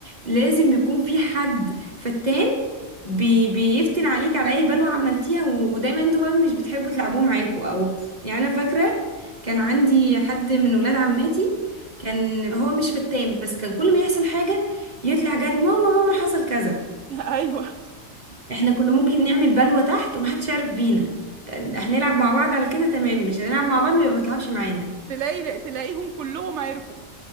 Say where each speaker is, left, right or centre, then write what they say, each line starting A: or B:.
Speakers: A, on the right (about 35°); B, on the right (about 65°).
A: لازم يكون في حد فتان بي... بيفتن عليك على اي بلوة عملتيها ودايما انتوا بقى مش بتحبوا تلعبوه معاكوا او يعني انا فاكرة كان عندي حد من ولاد عماتي كان هو مش فتان بس كان كل ما يحصل حاجة يطلع جري ماما ماما حصل كذا
B: <laughs> ايوه
A: فاحنا كنا ممكن نعمل بلوة تحت ومحدش يعرف بينا هنلعب مع بعض على كده تمام مش هنلعب مع بعض يبقى ما تلعبش معانا
B: تلاقي تلاقيهم كلهم عرفوا